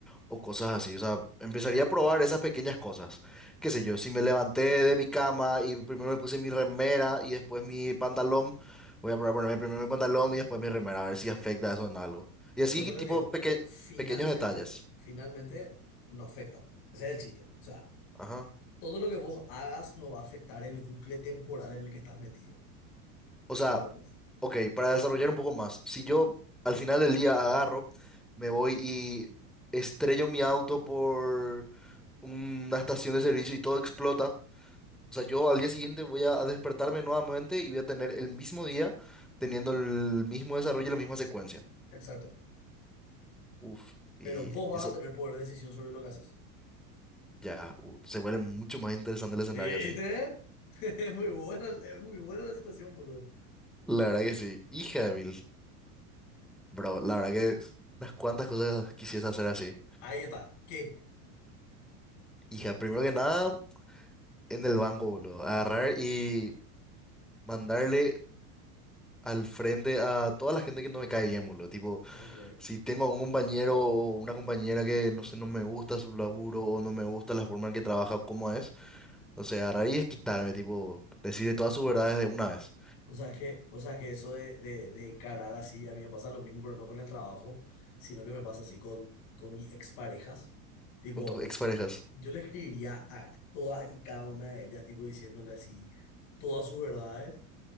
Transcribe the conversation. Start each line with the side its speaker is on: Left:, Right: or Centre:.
Centre: o cosas así. O sea, empezaría a probar esas pequeñas cosas. Qué sé yo, si me levanté de mi cama y primero me puse mi remera y después mi pantalón, voy a probar ponerme primero mi pantalón y después mi remera, a ver si afecta eso en algo. Y así,
Left: Por eso les
Centre: tipo,
Left: digo,
Centre: peque-
Left: finalmente,
Centre: pequeños detalles.
Left: finalmente no afecta. Ese es el chiste. O sea,
Centre: Ajá.
Left: todo lo que vos hagas no va a afectar el bucle temporal en el que estás metido.
Centre: O sea,
Left: ¿Entendés?
Centre: ok, para desarrollar un poco más, si yo al final del día agarro, me voy y estrello mi auto por una estación de servicio y todo explota. O sea, yo al día siguiente voy a despertarme nuevamente y voy a tener el mismo día teniendo el mismo desarrollo y la misma secuencia.
Left: Exacto.
Centre: Uf, y
Left: Pero vos vas
Centre: eso
Left: a tener poder de decisión sobre lo que haces.
Centre: ya uh, se vuelve mucho más interesante el escenario
Left: ¿Viste?
Centre: así.
Left: <laughs> Es muy buena, es muy buena la situación, boludo.
Centre: La verdad que sí. Hija de mil. Bro, la verdad que unas cuantas cosas quisiese hacer así.
Left: Ahí está. ¿Qué?
Centre: Hija, primero que nada, en el banco, boludo. Agarrar y mandarle al frente a toda la gente que no me cae bien, boludo. Tipo,
Left: Ok.
Centre: Si tengo un compañero o una compañera que, no sé, no me gusta su laburo o no me gusta la forma en que trabaja, cómo es, no sé, agarrar y quitarme, tipo, decirle todas sus verdades de una vez
Left: O sea, es que, o sea, es que eso de, de, de encarar así, a mí me pasa lo mismo, pero no con el trabajo, sino que me pasa así con, con mis exparejas. Tipo,
Centre: con tus exparejas.
Left: yo le escribiría a todas y cada una de ellas, tipo, diciéndole así todas sus verdades